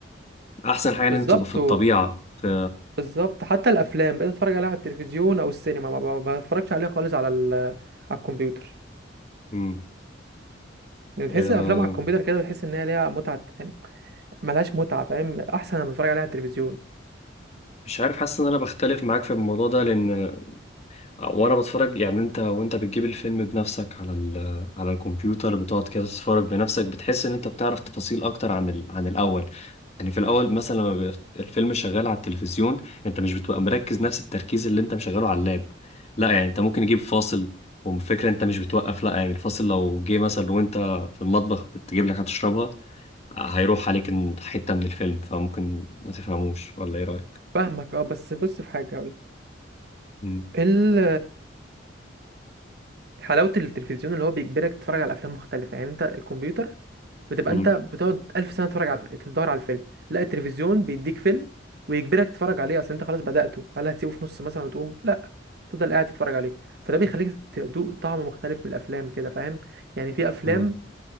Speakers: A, on the left; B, on the right.
A: احسن حاجه
B: بالظبط
A: ان انت تبقى في الطبيعه في
B: بالظبط حتى الافلام بقيت اتفرج عليها على التلفزيون او السينما ما ما- ما بتفرجش عليها خالص على ال... على الكمبيوتر
A: امم
B: يعني تحس
A: آه،
B: الافلام على الكمبيوتر كده بتحس ان هي ليها متعه يعني ملهاش متعه فاهم احسن لما بتفرج عليها على التلفزيون
A: مش عارف حاسس ان انا بختلف معاك في الموضوع ده لان وانا بتفرج يعني انت وانت بتجيب الفيلم بنفسك على ال... على الكمبيوتر بتقعد كده تتفرج بنفسك بتحس ان انت بتعرف تفاصيل اكتر عن ال... عن الاول يعني في الاول مثلا لما بيبقى الفيلم شغال على التلفزيون انت مش بتبقى مركز نفس التركيز اللي انت مشغله على اللاب لا يعني انت ممكن يجيب فاصل وفكرة انت مش بتوقف لا يعني الفاصل لو جه مثلا وانت في المطبخ بتجيب لك هتشربها هيروح عليك إن- حتة من الفيلم فممكن ما تفهموش ولا ايه رأيك؟
B: فاهمك اه بس بص في حاجه اقول
A: مم.
B: ال حلاوه التلفزيون اللي هو بيجبرك تتفرج على افلام مختلفه يعني انت الكمبيوتر بتبقى
A: مم.
B: انت بتقعد ألف سنه تتفرج على تدور على الفيلم لا التلفزيون بيديك فيلم ويجبرك تتفرج عليه اصل انت خلاص بدأته هل هتسيبه في نص مثلا وتقوم تفضل قاعد تتفرج عليه فده بيخليك تدوق طعم مختلف من الافلام كده فاهم يعني في افلام
A: اه